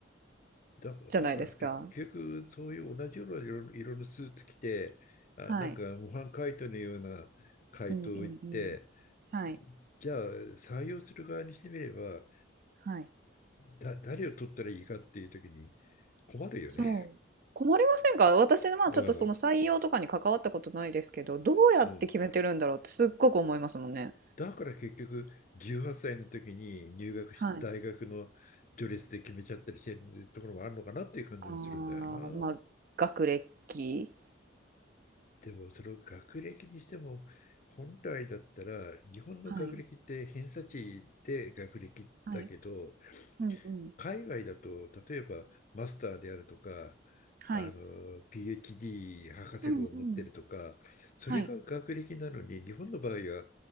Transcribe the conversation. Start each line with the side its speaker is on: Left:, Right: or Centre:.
Left: だから、
Right: じゃないですか。
Left: だから結局、そういう同じような色の、色のスーツ着て、あ、
Right: はい。
Left: なんか模範解答のような回答を言って、
Right: うんうんうん。はい。
Left: じゃあ採用する側にしてみれば、
Right: はい。
Left: だ、誰を取ったらいいかっていう時に困るよね。
Right: そう。困りませんか？私の、
Left: <laughs>
Right: まあ、
Left: うん。
Right: ちょっとその採用とかに関わったことないですけど、どうやって決めてるんだろうってすっごく思いますもんね。
Left: うん。だから結局、18歳の時に入学した大学の序列で決めちゃったりしてるところもあるのかなっていう感じもするんだよな。
Right: はい。ああ、まあ、学歴？
Left: でもその学歴にしても本来だったら日本の学歴って偏差値で学歴だけど
Right: はい。はい。うんうん。
Left: 海外だと例えばマスターであるとか
Right: はい。
Left: あの PhD 博士号を持ってるとかそれが学歴なのに日本の場合は
Right: うんうん。はい。